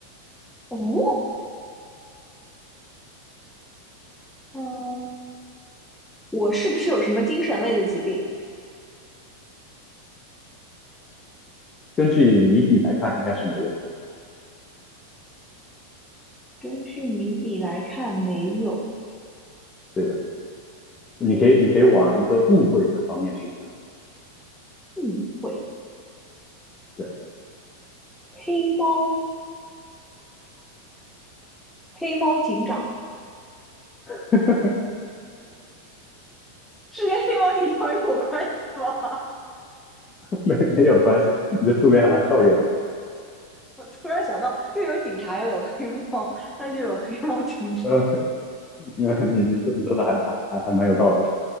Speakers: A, in the centre; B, on the left.
A: 哦，嗯、我是不是有什么精神类的疾病？
B: 根据谜底来看，应该是没有，
A: 根据谜底来看，没有
B: 对的，你可以，你可以往一个误会的方面去想，
A: 误会。
B: 对，
A: 黑猫，黑猫警长
B: <laughs>
A: 是跟黑猫警长有关系吗？
B: 没没有关系，你的思维还蛮跳跃的，
A: <laughs> 我突然想到，又有警察，又有黑猫，那就有黑猫警长。
B: 呃，因为你你说你说的还还还还蛮有道理。